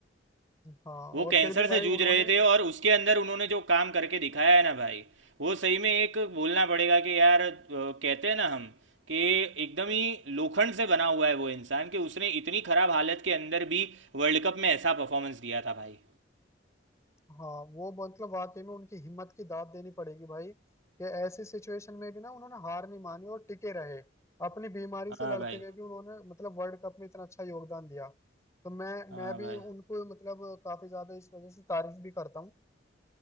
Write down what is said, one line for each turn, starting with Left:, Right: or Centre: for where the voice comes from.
Left: हाँ
Right: वो
Left: और
Right: कैंसर
Left: फिर भी
Right: से
Left: भाई
Right: जूझ
Left: उन्होंने
Right: रहे थे और उसके अंदर उन्होंने जो काम करके दिखाया है ना भाई वो सही में एक बोलना पड़ेगा कि यार अ, कहते हैं ना हम कि एकदम ही लोखंड से बना हुआ है वो इंसान कि उसने इतनी खराब हालत के अंदर भी वर्ल्ड कप में ऐसा परफॉर्मेंस दिया था भाई
Left: हाँ वो मतलब वाकई में उनकी हिम्मत की दाद देनी पड़ेगी भाई कि ऐसी सिचुएशन में भी ना उन्होंने हार नहीं मानी और टिके रहे अपनी बीमारी से
Right: हाँ
Left: लड़ते
Right: भाई
Left: हुए भी उन्होंने मतलब वर्ल्ड कप में इतना अच्छा योगदान दिया तो मैं
Right: हाँ
Left: मैं भी
Right: भाई
Left: उनको मतलब काफी ज्यादा इस वजह से तारीफ भी करता हूँ